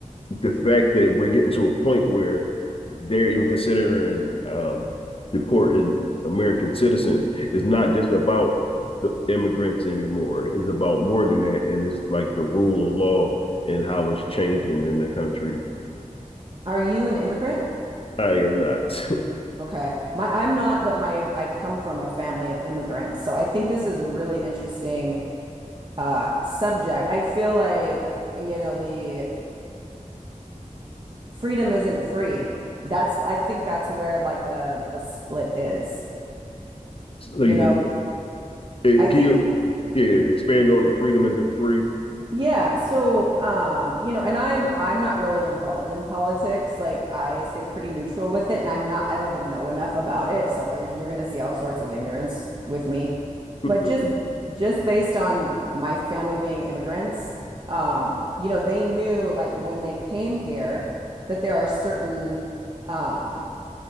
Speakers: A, on the left; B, on the right.
A: the fact that we're getting to a point where they're even considering um deporting American citizens is not just about the immigrants anymore. It's about more than that, and it's like the rule of law and how it's changing in the country.
B: Are you an immigrant?
A: I am not. <laughs> so
B: Okay. My I'm not, but my I come from a family of immigrants. So I think this is a really interesting uh subject. I feel like, you know, the freedom isn't free. That's I think that's where like the the split is.
A: you
B: You
A: said,
B: know,
A: eh,
B: I
A: can
B: think
A: you yeah, expand on the freedom isn't free?
B: Yeah, so um, you know, and I'm I'm not really involved in politics. Like I stay pretty neutral with it and I'm not I don't even know enough about it. So there's- you're going to see all sorts of ignorance with me.
A: <laughs>
B: But just just based on my family being immigrants, um, you know, they knew like when they came here that there are certain um